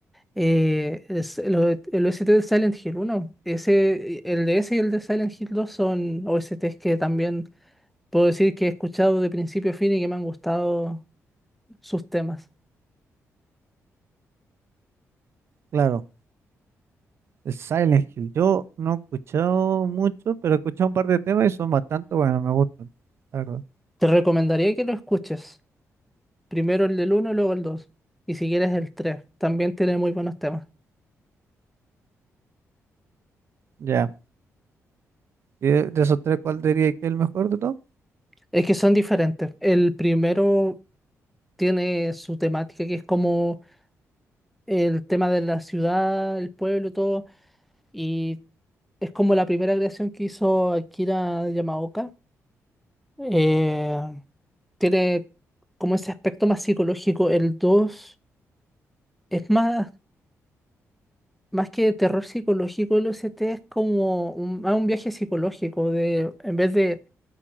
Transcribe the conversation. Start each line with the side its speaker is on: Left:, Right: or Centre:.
Centre: eh, es el, O- el OST de Silent Hill uno, Ese, el de ese y el de Silent Hill dos son OSTs que también Puedo decir que he escuchado de principio a fin y que me han gustado sus temas.
Right: Claro, el Silent Hill. Yo no he escuchado mucho, pero he escuchado un par de temas y son bastante buenos, me gustan, la verdad.
Centre: Te recomendaría que lo escuches. Primero el del uno y luego el dos Y si quieres el tres También tiene muy buenos temas.
Right: Ya. ¿Y de, de esos tres cuál diría que es el mejor de todos?
Centre: Es que son diferentes. El primero tiene su temática, que es como el tema de la ciudad, el pueblo, y todo. Y es como la primera creación que hizo Akira Yamaoka. Eh, tiene como ese aspecto más psicológico. El 2 es más. más que terror psicológico, el OST es como un, más un viaje psicológico de, en vez de